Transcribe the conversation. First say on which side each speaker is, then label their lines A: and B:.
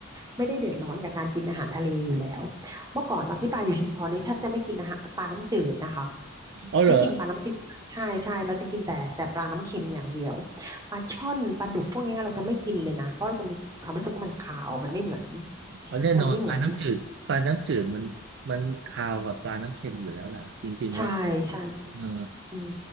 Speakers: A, on the right; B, on the right.
A: ไม่ได้เดือดร้อนกับการกินอาหารทะเลอยู่แล้วเมื่อก่อนตอนที่ปาอยู่ชุมพรนี่แทบจะไม่กินอาหารปลาน้ำจืดนะคะ
B: อ๋อเหรอ
A: ไม่กินปลาน้ำจืดเลยใช่ใช่เราจะกินแต่แต่ปลาน้ำเค็มอย่างเดียวปลาช่อนปลาดุกพวกเนี้ยเราจะไม่กินเลยนะเพราะมันมีความรู้สึกว่ามันคาวมันไม่เหมือน
B: อ๋อแน่นอนปลาน้ำจืดปลาน้ำจืดมันมันคาวกว่าปลาน้ำเค็มอยู่แล้วล่ะจริงๆแล้ว
A: มันไม่เหมือนใช่ใช่
B: เออ
A: อืม